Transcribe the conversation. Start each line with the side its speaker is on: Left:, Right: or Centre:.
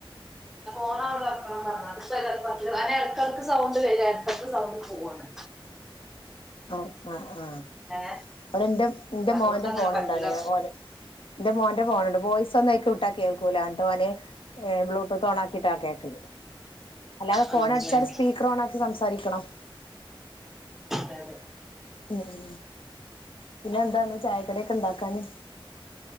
Centre: ഫോൺ അവടെ വെക്കണം പർഞ്ഞ് അത് പ്പെതായാലും പറ്റൂല കാരണം എടക്കെടക്ക് സൗണ്ട് വെരാ എടക്കെടക്ക് സൗണ്ട് പോവാണ്.
Left: ആഹ് ആഹ് ആഹ്
Centre: ഏ
Left: ഇവടെ ഇന്റെ ഇൻ്റെ
Centre: അതുകൊണ്ട്
Left: മോന്റെ
Centre: അങ്ങനെ
Left: ഫോണ്
Centre: പറ്റില്ല
Left: ണ്ടങ്ങനെ ഓന് ഇന്റെ മോന്റെ ഫോണ് ണ്ട് വോയ്സൊന്നും അയ്ക്ക് വിട്ടാ കേൾക്കൂലാ ന്ന്ട്ടോന് ഏഹ് ബ്ലൂടൂത്തോണാക്കീട്ടാ കേക്കല്. അല്ലാതെ ഫോണടിച്ചാല്
Centre: അങ്ങനെയാണ്
Left: സ്പീക്കറോണാക്കി
Centre: അതെ
Left: സംസാരിക്കണം.
Centre: അതെ യതെ
Left: ഉം ഉം പിന്നെന്താന്ന് ചായക്കട്യൊക്കെണ്ടാക്കാന്?